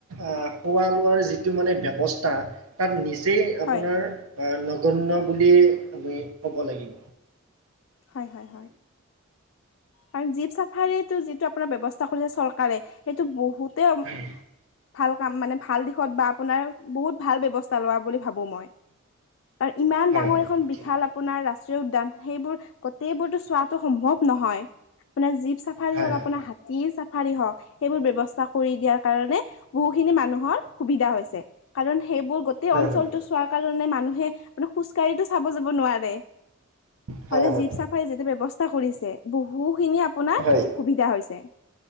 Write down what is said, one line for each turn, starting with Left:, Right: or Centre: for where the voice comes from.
Right: অ' খোৱা লোৱাৰ যিটো মানে ব্যৱস্থা তাত নিচ <unintelligible> আপোনাৰ
Left: হয়
Right: অ' নগন্য বুলি আমি ক'ব লাগিব।
Left: হয় হয় হয়। কাৰণ জীপ চাফাৰীটো যিটো আপোনাৰ ব্যৱস্থা কৰিছে চৰকাৰে সেইটো বহুত <unintelligible>
Right: হয়
Left: ভাল কাম মানে ভাল দিশত বা আপোনাৰ বহুত ভাল ব্যৱস্থা লোৱা বুলি ভাবো মই। আৰু ইমান
Right: হয়
Left: ডাঙৰ এখন
Right: ঠিক
Left: বিশাল আপোনাৰ ৰাষ্ট্ৰীয় উদ্যান সেইবোৰ গোটেইবোৰতো চোৱাটো সম্ভৱ নহয়, আপোনাৰ জীপ চাফাৰী
Right: হয়
Left: হওঁক
Right: হয়
Left: আপোনাৰ হাতী চা ফাৰী হওঁক সেইবোৰ ব্যৱস্থা কৰি দিয়াৰ কাৰণে বহুখিনি মানুহৰ সুবিধা হৈছে কাৰণ সেইবোৰ গোটেই
Right: হয়
Left: অঞ্চলটো
Right: হয়
Left: চোৱাৰ কাৰণে মানুহে খোজকাঢ়িটো চাব যাব নোৱাৰে,
Right: হয়
Left: হ'লেও
Right: হয়
Left: জীপ চাফাৰী যিটো ব্যৱস্থা কৰিছে বহুত খিনি আপোনাৰ
Right: হয়
Left: সুবিধা হৈছে।